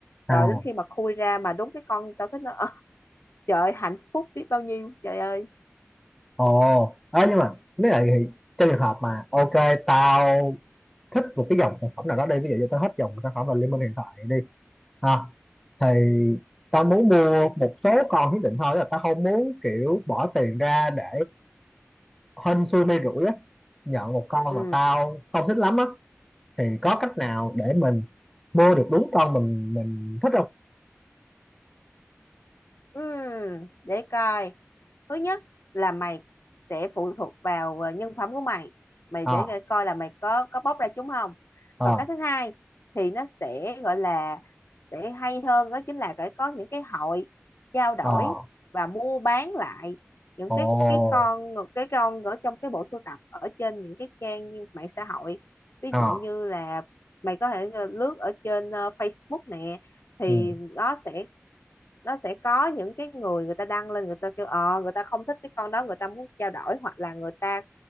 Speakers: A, in the centre; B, on the left.
A: à
B: rồi đến khi mà khui ra mà đúng cái con tao thích nó ờ, trời ơi, hạnh phúc biết bao nhiêu trời ơi
A: ồ à, nhưng mà nếu vậy thì trong trường hợp mà ok tao thích một cái dòng sản phẩm nào đó đi ví dụ như tao thích dòng sản phẩm là Liên Minh hiện tại đi à, thì tao muốn mua một số con nhất định thôi tức là tao không muốn kiểu bỏ tiền ra để hên xui may rủi á nhận một con
B: ừ
A: mà tao không thích lắm á thì có cách nào để mình mua được đúng con mình mình thích không
B: Ừm, để coi thứ nhất là mày sẽ phụ thuộc vào ờ, nhân phẩm của mày mày
A: ờ
B: để coi coi là mày có có bóc ra chúng không
A: à,
B: còn cái thứ hai thì nó sẽ gọi là sẽ hay hơn đó chính là phải có những cái hội trao đổi
A: ờ
B: và mua bán lại những
A: ồ
B: cái cái con cái con ở trong cái bộ sưu tập ở trên những cái trang như mạng xã hội ví
A: ờ
B: dụ như là mày có thể ờ, lướt ở trên ờ, Facebook nè thì
A: ừ
B: nó sẽ nó sẽ có những cái người người ta đăng lên người ta kêu ờ người ta không thích cái con đó người ta muốn trao đổi hoặc là người ta